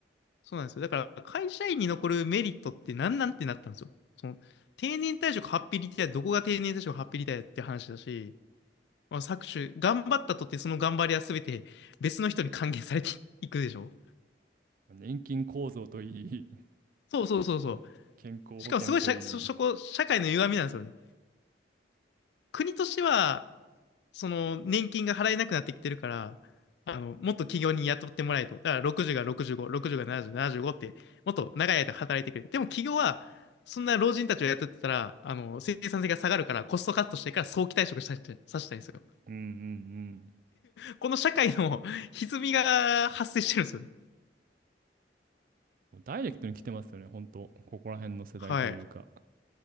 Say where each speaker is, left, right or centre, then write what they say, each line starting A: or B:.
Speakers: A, on the left (about 70°); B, on the right (about 50°).
A: そうなんですよ。だから会社員に残るメリットって何なんってなったんですよ。その定年退職ハッピーリタイア、どこが定年退職ハッピーリタイアって話だし、まあ、搾取、頑張ったとってその頑張りは全て別の人に還元されていくでしょ。
B: まあ年金構造といい、
A: そうそうそうそう。
B: <laughs> 健康保険といい。
A: しかもすごい社、そ、そこ、社会の歪みなんですよね。国としてはその年金が払えなくなってきてるから、あの、もっと企業に雇ってもらえと。だから60が65、60が70、75って、もっと長い間働いてくれ。でも企業は、そんな老人たちを雇ってたら、あの、生産性が下がるから、コストカットしてから早期退職させたい、させたいんですよ。
B: うんうんうん。
A: この社会の <laughs> 歪みが発生してるんですよね。
B: もうダイレクトに来てますよね、ほんと。ここら辺の世代というか。
A: はい。